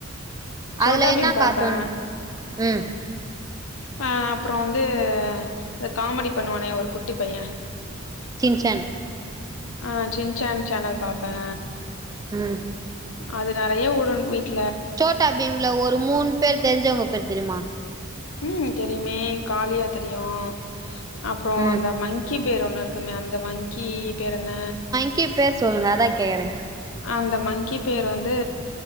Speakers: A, on the right (about 15°); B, on the left (about 75°).
A: அதுல
B: சோட்டா
A: என்னா
B: பீம்
A: கார்ட்டூன்
B: பாப்பே
A: ம்
B: ஆ அப்பறோ வந்து இந்த காமெடி பண்ணுவானே ஒரு குட்டி பைய
A: சின்சன்
B: ஆ சின்சன் சேனல் பாப்பே
A: ம்
B: அது நெறைய ஓடுன் வீட்
A: சோட்டா பீம்ல ஒரு மூண் பேர் தெரிஞ்சவங்க பேர் தெரிமா
B: ம் தெரியுமே காலியா தெரியு அப்றோ
A: ம்
B: அந்த மங்கி பேர் ஒன்னுருக்குமே அந்த மங்க்கி பேர் என்ன
A: க்கி பேர் சொல்லுங்க அதா கேக்கறே
B: அந்த மங்க்கி பேர் வந்து